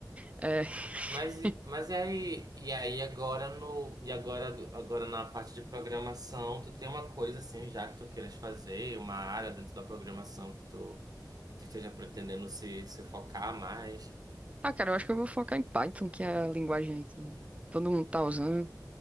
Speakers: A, on the right (about 20°); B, on the right (about 60°).
A: É, <laughs>
B: Mas, mas e aí, e aí agora no, e agora, agora na parte de programação, tu tem uma coisa assim já que tu queiras fazer, uma área dentro da programação que tu, tu esteja pretendendo se, se focar mais?
A: Ah, cara, eu acho que eu vou focar em Python, que é a linguagem aí que todo mundo tá usando.